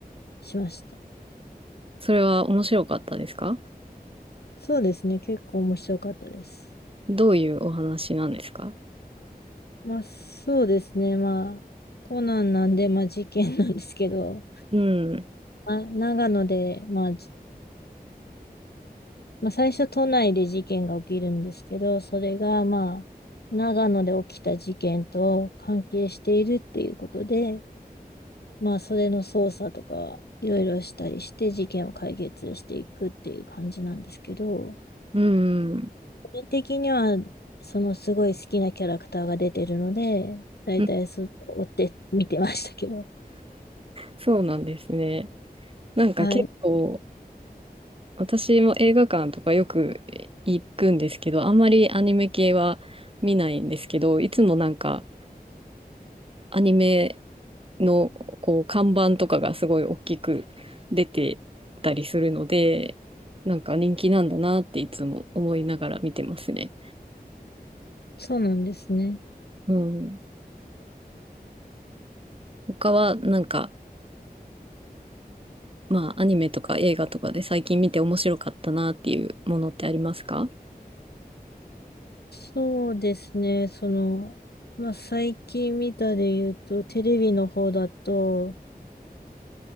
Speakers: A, on the left; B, on the right.
A: しました。
B: それは面白かったですか
A: そうですね、結構面白かったです。
B: どういうお話なんですか
A: まあそうですね、まあ、コナンなんで、まあ事件なんですけど、
B: うん。
A: まあ、長野で、まあまあ、最初都内で事件が起きるんですけど、それがまあ、長野で起きた事件と関係しているっていうことで、まあ、それの捜査とかいろいろしたりして事件を解決していくっていう感じなんですけど、
B: うん。
A: 個人的にはそのすごい好きなキャラクターが出てるので、だいたいそう追って見てましたけど。
B: うんそうなんですね。なんか結構、
A: はい。
B: 私も映画館とかよく行くんですけど、あんまりアニメ系は見ないんですけど、いつもなんかアニメのこう看板とかがすごい大きく出てたりするので、なんか人気なんだなっていつも思いながら見てますね。
A: そうなんですね。
B: うん。他はなんかまあ、アニメとか映画とかで最近見て面白かったなっていうものってありますか
A: そうですね。その、まあ、最近見たで言うと、テレビの方だと、